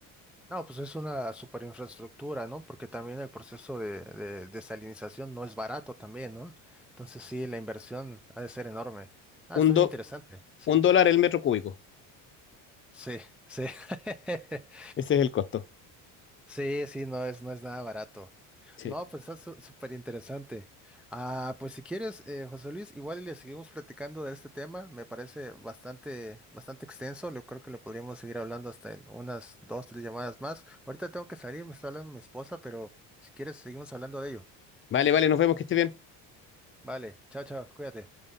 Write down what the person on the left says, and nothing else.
Un,
do,
un dólar el metro cúbico,
ese es el costo.
Sí.
Vale, vale, nos vemos, que esté bien.